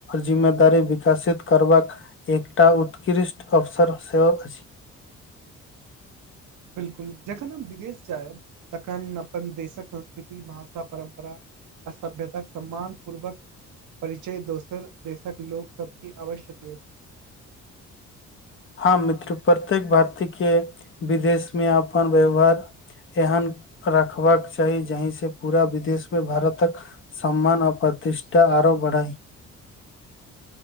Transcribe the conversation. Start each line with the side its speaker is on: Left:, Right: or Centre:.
Left: जिम्मेदारी विकासित करबाकऽ एकटा उतकृष्ट अवसर सेहो छैइय।
Right: बिल्कुल जखन हम विदेश जायब तखन अपन देश कऽ संस्कृति भाषा परम्परा। असभ्यताक समान पूर्वक। परिचय दोसर देश कऽ लोक सभके अवश्य देब।
Left: ह मित्र प्रत्येक भारती के विदेशमे अपन व्यवहार। एहन रखबाक चाही जही से पूरा विदेश मे भारतक। सम्मान आ प्रतिष्ठा आरो बढ़ात -